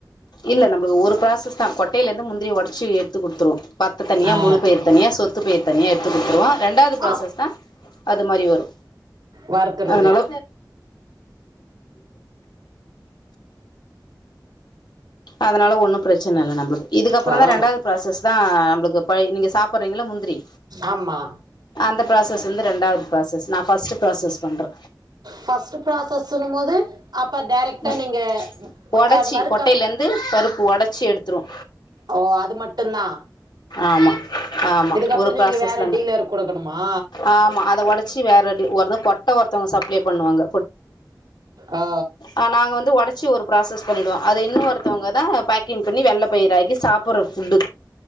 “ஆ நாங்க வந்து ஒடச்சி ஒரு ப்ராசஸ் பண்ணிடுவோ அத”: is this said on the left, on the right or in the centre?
Left